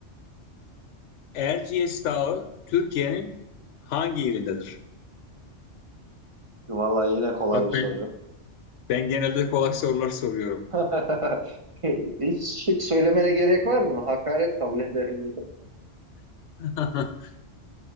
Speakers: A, on the left; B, on the right.
A: Erciyes Dağı Türkiye'nin hangi yerindedir?
B: Vallahi yine kolay
A: Bak
B: bir soru.
A: ben, ben genelde kolay sorular soruyorum.
B: <laughs> Hiç şık söylemene gerek var mı? Hakaret kabul ederim.
A: <laughs>